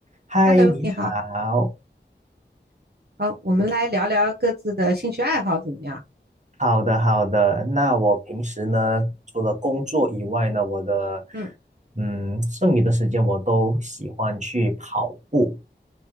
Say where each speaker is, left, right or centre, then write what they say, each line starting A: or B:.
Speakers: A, on the right (about 40°); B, on the right (about 60°).
A: 嗨，
B: Hello，
A: 你好，
B: 你好，好，我们来聊聊各自的兴趣爱好怎么样？
A: 好的好的。那我平时呢，除了工作以外呢，我的
B: 嗯，
A: 嗯，剩余的时间我都喜欢去跑步。